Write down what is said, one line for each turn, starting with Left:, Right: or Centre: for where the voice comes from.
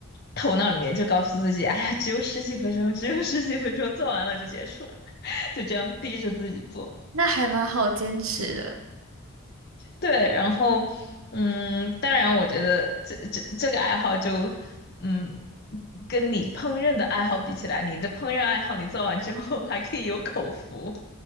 Left: 头脑里面就告诉自己，哎呀，只有十几分钟，只有十几分钟，做完了就结束了，<laughs> 就这样逼着自己做。
Right: 那还蛮好坚持的。
Left: 对，然后嗯，当然我觉得这这这个爱好就嗯。跟你烹饪的爱好比起来，你的烹饪爱好你做完之后还可以有口福。